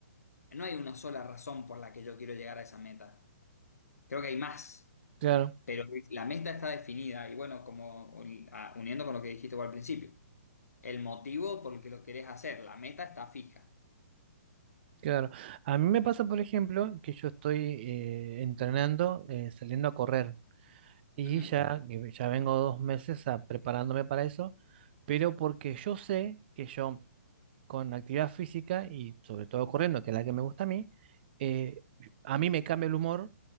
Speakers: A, on the left; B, on the right.
A: No hay una sola razón por la que yo quiero llegar a esa meta. Creo que hay más,
B: claro,
A: pero la meta está definida y bueno, como un- a- uniendo con lo que dijiste vos al principio, el motivo por el que lo querés hacer, la meta está fija.
B: claro. A mí me pasa, por ejemplo, que yo estoy eh, entrenando, eh, saliendo a correr y
A: Ujú,
B: ya, que ya vengo dos meses a- preparándome para eso, pero porque yo sé que yo con actividad física y sobre todo corriendo, que es la que me gusta a mí, eh, a mí me cambia el humor